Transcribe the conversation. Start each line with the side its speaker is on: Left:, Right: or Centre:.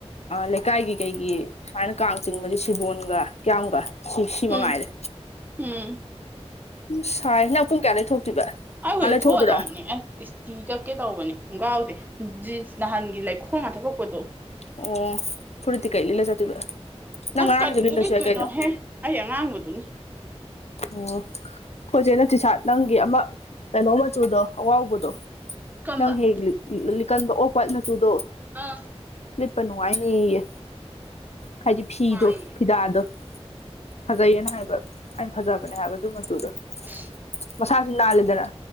Left: ꯂꯩꯀꯥꯏꯒꯤ ꯀꯩꯒꯤ ꯁꯨꯃꯥꯏꯅ ꯀꯥꯡ ꯆꯤꯡꯕꯗꯤ ꯁꯤꯕꯣꯟꯒ ꯀꯌꯥꯝꯒ ꯁꯤ ꯁꯤꯃꯉꯥꯏꯔꯦ꯫
Right: ꯎꯝ ꯎꯝ꯫
Left: ꯎ ꯁꯥꯏ ꯅꯪ ꯄꯨꯡ ꯀꯌꯥꯗꯩ ꯊꯣꯛꯇꯣꯏꯕ꯫
Right: ꯑꯥꯏ
Left: ꯉꯥ
Right: ꯍꯨꯖꯤꯛ
Left: ꯂꯩꯊꯣꯛꯑꯗꯣꯏꯔꯥ
Right: ꯊꯣꯛꯑꯗꯧꯅꯤ ꯑ ꯏꯁ ꯆꯤ ꯇꯛꯀꯦ ꯇꯧꯕꯅꯦ ꯈꯣꯡꯒ꯭ꯔꯥꯎꯁꯦ ꯖꯤꯟꯁ ꯅꯍꯥꯟꯒꯤ ꯂꯩꯈꯣꯡꯒ ꯊꯕꯛꯄꯗꯣ꯫
Left: ꯑꯣ ꯐꯨꯔꯤꯠꯇꯤ ꯀꯩ ꯂꯤꯠꯂ ꯆꯠꯇꯣꯏꯕ ꯅꯪ
Right: ꯑꯁ
Left: ꯉꯔꯥꯡꯁꯨ
Right: ꯀꯔꯤꯕꯨ
Left: ꯂꯤꯠꯂꯁꯨ
Right: ꯂꯤꯠꯇꯣꯏꯅꯣꯍꯦ
Left: ꯌꯥꯏ ꯀꯩꯅꯣ꯫
Right: ꯑꯩ ꯉꯥꯡꯕꯗꯨꯅꯤ꯫
Left: ꯎ ꯈꯣꯏꯆꯦꯅ ꯇꯤꯁꯥꯥꯠ ꯅꯪꯒꯤ ꯑꯃ ꯀꯩꯅꯣ ꯃꯆꯨꯗꯣ ꯑꯋꯥꯥꯎꯕꯗꯣ꯫
Right: ꯀꯝꯕ
Left: ꯅꯪ ꯍꯦꯛ ꯂꯤꯀꯟꯕ ꯑꯣꯐ ꯋꯥꯏꯠ ꯃꯆꯨꯗꯣ꯫
Right: ꯑꯥ꯫
Left: ꯂꯤꯠꯄ ꯅꯨꯡꯉꯥꯏꯅꯤꯌꯦ꯫ ꯍꯥꯏꯗꯤ
Right: ꯅꯨꯡꯉꯥꯏꯌꯦ
Left: ꯐꯤꯗꯣ ꯐꯤꯗꯥꯗꯣ ꯐꯖꯩꯌꯦꯅ ꯍꯥꯏꯕ ꯑꯩꯅ ꯐꯖꯕꯅꯦ ꯍꯥꯏꯕ ꯑꯗꯨ ꯃꯆꯨꯗꯣ꯫
Right: <unintelligible>
Left: ꯃꯁꯥꯁꯨ ꯅꯥꯜꯂꯦꯗꯅ꯫